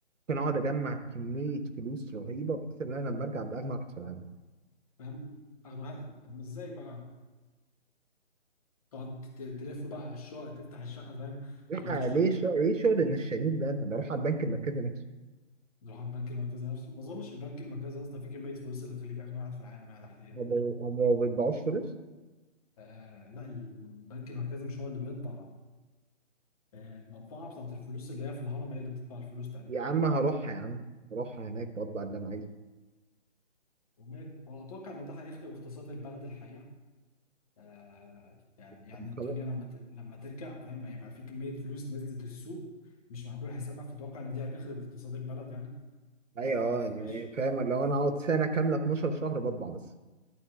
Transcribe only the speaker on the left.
فاهم اغنى واحد طب ما ازاي بقى تقعد ت- تلف بقى على الشقق تفتح الشقه فاهم
تلطش
لك
نروح على البنك المركزي نفسه ما اظنش البنك المركزي اصلا فيه كميه فلوس اللي تخليك اغنى واحد في العالم يعني الحقيقه
آه لا البنك المركزي مش هو اللي بيطبع آه المطبعه بتاعت الفلوس اللي هي في الهرم هي اللي بتطبع الفلوس تقريبا
وماله هو اتوقع ان ده هيخدم اقتصاد البلد الحقيقه آه يعني
يعني الدنيا
لما ت... لما ترجع فاهم هيبقى في كميه فلوس نزلت السوق مش معمول حسابها فاتوقع ان دي هتخرب اقتصاد البلد يعني آه
بس
ماشي